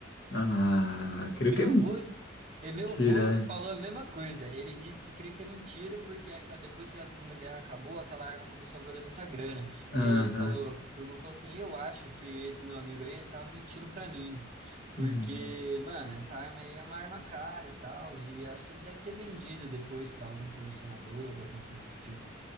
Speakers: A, on the left; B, on the right.
A: Ah, creio
B: Meu
A: que é
B: avô, é, meu avô
A: mentira.
B: falou a mesma coisa. Ele disse que crê que é mentira, porque é aquela- depois que a Segunda Guerra acabou, aquela arma começou a valer muita grana.
A: Aham.
B: E aí ele falou, meu avô falou assim, eu acho que esse meu amigo aí, ele tava mentindo pra mim. Porque,
A: Hum,
B: mano, essa arma aí é uma arma cara e tal, e acho que ele deve ter vendido depois pra algum colecionador, alguma coisa do tipo.